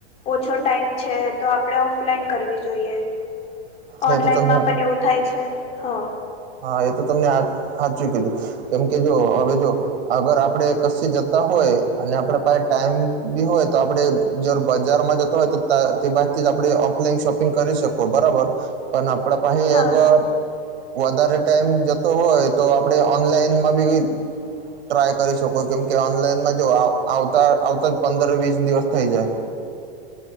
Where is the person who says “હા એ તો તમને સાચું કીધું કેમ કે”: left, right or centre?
Right